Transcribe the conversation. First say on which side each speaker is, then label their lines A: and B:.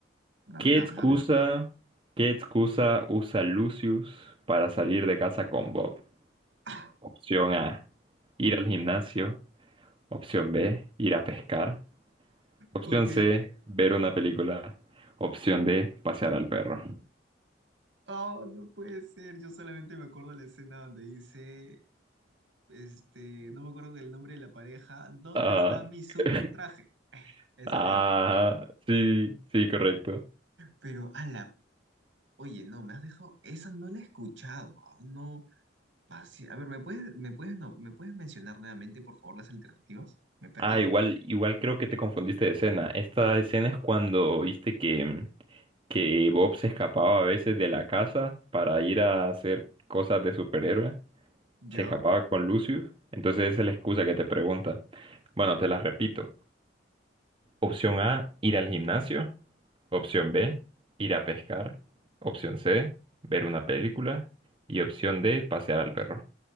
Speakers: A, on the right (about 75°); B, on the right (about 30°).
A: Dame,
B: ¿Qué
A: dame,
B: excusa,
A: dame.
B: qué excusa usa Lucius para salir de casa con Bob?
A: <laughs>
B: Opción A, ir al gimnasio. Opción B, ir a pescar. Opción
A: Ok.
B: C, ver una película. Opción D, pasear al perro.
A: Oh, no puede ser. Yo solamente me acuerdo de la escena donde dice, este, no me acuerdo del nombre de la pareja, ¿dónde
B: Ah,
A: está mi super
B: <laughs>
A: traje? Esa
B: ah,
A: es la que me acuerdo.
B: sí, sí, correcto.
A: Pero, ala, oye, no, me has dejado, esa no la he escuchado, ah, no, pasi- a ver, ¿me puedes, me puedes, no, ¿me puedes mencionar nuevamente, por favor, las alternativas? Me he perdido.
B: Ah, igual, igual creo que te confundiste de escena. Esta escena es cuando viste que, que Bob se escapaba a veces de la casa para ir a hacer cosas de superhéroe.
A: Ya,
B: se escapaba con Lucius, entonces esa es la excusa que te pregunta. Bueno, te la repito. Opción A, ir al gimnasio. Opción B, ir a pescar. Opción C, ver una película. Y opción D, pasear al perro.